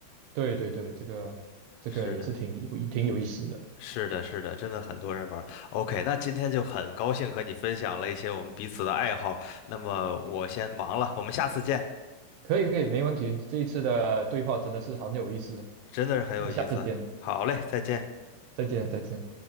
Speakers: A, on the right; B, on the left.
A: 对对对，这个这个也是挺有挺有意思的。
B: 是的，是的，是的，真的很多人玩儿。OK，那今天就很高兴和你分享了一些我们彼此的爱好。那么我先忙了，我们下次见，
A: 可以可以，没问题。这一次的对话真的是很有意思。
B: 真的是很有意思。
A: 我们下次见，
B: 好嘞，再见。
A: 再见再见。